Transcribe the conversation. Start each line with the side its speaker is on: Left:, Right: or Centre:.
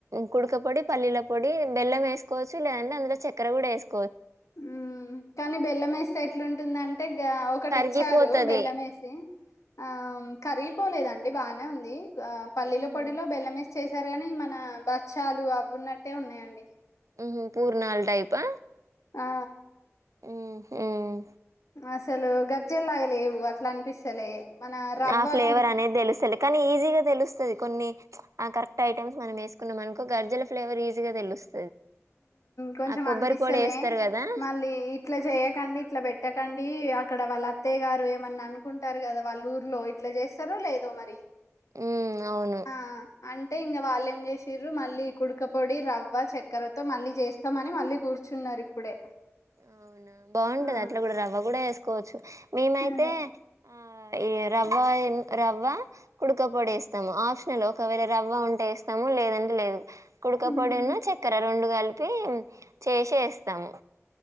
Right: కుడక పొడి పల్లీల పొడి బెల్లమే సుకోవచ్చు లేదంటే అందులో చక్కెర కూడా ఏసుకోవచ్చు
Left: మ్.. కానీ బెల్లమేస్తే ఎట్లుంట టుందంట అట్ట ఒకటి
Right: కరిగిపోతది
Left: ఇచ్చారు బెల్లం వేసి ఆ కరిగిపోలేదండి బానే ఉంది ఆ పల్లీల
Right: హ్మ్,
Left: పోడిలో బెల్లమే స్ చేసారు కానీ మన బచ్చాలు అవి ఉన్నట్టే ఉన్నాయండి
Right: ఉ హు మ్ పూర్ణాల టైపా
Left: ఆ
Right: మ్ హు మ్
Left: అసలు గర్జెల్లాగా లేవు అట్లా అనిపిస్తలే మన రవ్వ
Right: ఆ ఫ్లేవర్
Left: కుడు
Right: అనేది తెలుస్తది కానీ ఈజీగ తెలుస్తది కొన్ని ఆ కరెక్ట్ ఐటమ్స్ మనం ఏసుకున్నామనుకో గర్జెల ఫ్లేవర్ ఈజీగ తెలుస్తది
Left: కొంచెం
Right: ఆ కొబ్బరి
Left: అనిపిస్తలే
Right: పొడి వేస్తారు కదా
Left: మళ్ళీ ఇట్లా చేయకండి ఇట్లా పెట్టకండి డి అక్కడ వాళ్ళ అత్తయ్య గారు ఏమన్నా అనుకుంటారు కదా వాళ్ళ ఊర్లో ఇట్లా చేస్తారో లేదో మరి
Right: హ్మ్. అవును
Left: ఆ అంటె అంటె ఇంక వాళ్ళు ఏం చేసిర్రూ మళ్ళీ కుడుక పొడి రవ్వ చె క్కరతో మళ్ళీ చేస్తామని మళ్ళీ కూర్చున్నారు ఇప్పుడే
Right: అవునా బావుంటది
Left: ఆ
Right: అట్లా గుడా రవ్వ కూడా ఏసుకోవచ్చు మేమైతే
Left: అదే
Right: ఆ ఈ రవ్వ రవ్వ కుడుక పడి వేస్తాము ఆప్షనల్ ఒకవేళ రవ్వ ఉంటే వేస్తాము లేదంటే లేదు కుడుకపోడను
Left: మ్మ్
Right: చక్కర రెండు గల్ కలిపి చేసే వేస్తాము